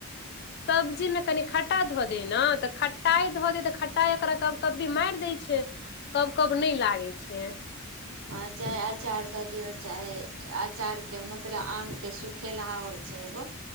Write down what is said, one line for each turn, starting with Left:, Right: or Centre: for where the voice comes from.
Left: सब्जी मे कनि खट्टा धऽ दे ने तऽ खट्टाइ धऽ दे तऽ खट्टाइ एकरा कब कब भी मारि दै छै कब कब नहि लागै छै
Right: आ चाहे अचार दऽ दियौ चाहे अचारके मतलब आमके सुखेलहा होइ छै एगो